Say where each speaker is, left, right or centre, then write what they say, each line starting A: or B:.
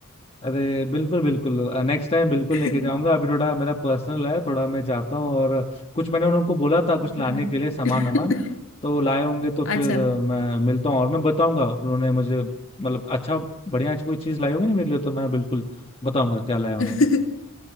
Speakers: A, on the left (about 25°); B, on the left (about 65°).
A: अरे बिल्कुल बिल्कुल नेक्स्ट टाइम बिल्कुल
B: <laughs>
A: लेके जाऊंगा अभी थोड़ा मेरा पर्सनल है थोड़ा मैं जाता हूँ और कुछ मैंने उनको बोला था
B: हम्म
A: कुछ लाने के लिए सामान
B: <laughs>
A: वामान तो वो लाए होंगे तो
B: अच्छा
A: फिर अ, मैं मिलता हूँ और मैं बताऊंगा उन्होंने मुझे मतलब अच्छा बढ़िया कोई चीज़ लाई होगी ना मेरे लिए तो मैं बिल्कुल बताऊंगा क्या लाया
B: <laughs>
A: उन्होंने